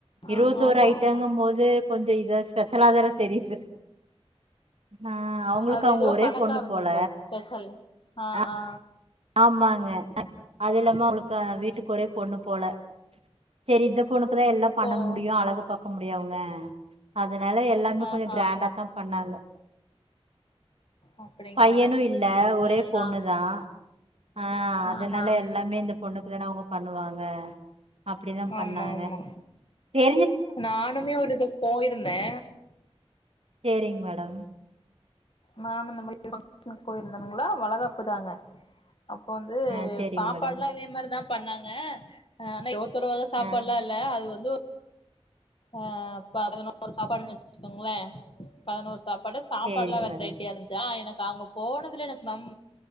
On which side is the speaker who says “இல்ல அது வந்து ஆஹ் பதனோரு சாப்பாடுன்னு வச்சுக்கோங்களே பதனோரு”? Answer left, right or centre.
Left